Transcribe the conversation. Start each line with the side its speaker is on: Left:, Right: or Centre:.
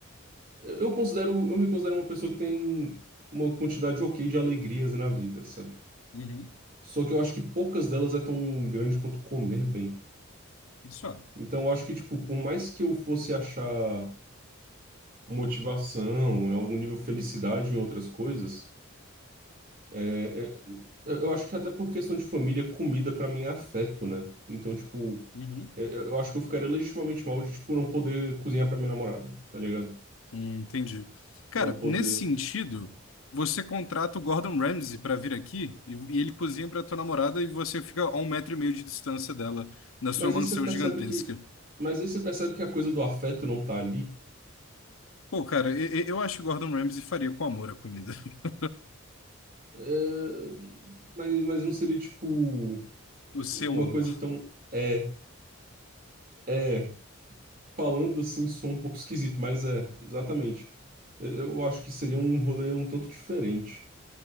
Right: Eu considero, eu me considero uma pessoa que tem uma quantidade ok de alegrias na vida, sabe?
Left: Uhum.
Right: Só que eu acho que poucas delas é tão grande quanto comer bem.
Left: Isso, ó.
Right: Então eu acho que, tipo, por mais que eu fosse achar motivação, em algum nível felicidade em outras coisas, é, é- eu acho que até por questão de família, comida pra mim é afeto, né? Então, tipo,
Left: Uhum.
Right: é, eu acho que eu ficaria legitimamente mal de, tipo, não poder cozinhar pra minha namorada, tá ligado?
Left: Hum, entendi. Cara,
Right: Não poder.
Left: nesse sentido, você contrata o Gordon Ramsay pra vir aqui e, e ele cozinha pra tua namorada e você fica a um metro e meio de distância dela, na sua
Right: Mas
Left: mansão
Right: aí você percebe
Left: gigantesca.
Right: que, mas aí você percebe que a coisa do afeto não tá ali.
Left: Pô, cara, e- e- eu, acho que o Gordon Ramsay faria com amor a comida. <laughs>
Right: É, mas, mas não seria tipo
Left: O seu
Right: uma
Left: amor.
Right: coisa tão é é falando assim sou um pouco esquisito, mas é exatamente. Eu eu acho que seria um rolê um tanto diferente.